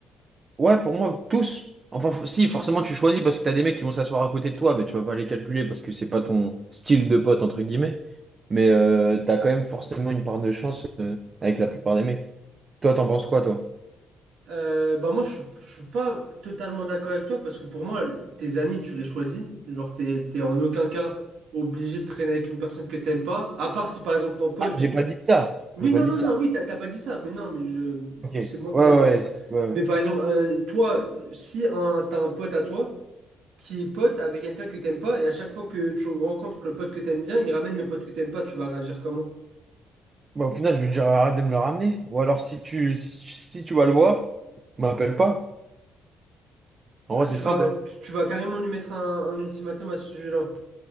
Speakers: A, on the right (about 35°); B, on the right (about 75°).
A: Ouais, pour moi, tous. Enfin, f- si, forcément, tu choisis parce que t'as des mecs qui vont s'asseoir à côté de toi, mais tu vas pas les calculer parce que c'est pas ton style de pote, entre guillemets. Mais euh, t'as quand même forcément une part de chance euh, avec la plupart des mecs. Toi, t'en penses quoi, toi?
B: Euh, bah moi je, suis- je suis pas totalement d'accord avec toi parce que pour moi tes amis tu les choisis genre t'es t'es en aucun cas obligé de traîner avec une personne que t'aimes pas à part si par exemple ton pote
A: Ah, j'ai pas dit ça.
B: oui
A: J'ai pas
B: non
A: dit
B: non
A: ça.
B: non oui t'as t'as pas dit ça mais non mais je
A: Ok. Ouais,
B: c'est moi qui
A: ouais,
B: apporte
A: ouais. Ouais, ouais.
B: mais par exemple euh, toi si un t'as un pote à toi qui est pote avec quelqu'un que t'aimes pas et à chaque fois que tu rencontres le pote que t'aimes bien il ramène le pote que t'aimes pas tu vas réagir comment?
A: Bah, au final, je vais lui dire arrête de me le ramener. Ou alors, si tu, si, tu si tu vas le voir, m'appelle pas. En
B: Ah,
A: vrai, c'est
B: tu
A: simple.
B: vas
A: hein.
B: tu, tu vas carrément lui mettre un, un ultimatum à ce sujet-là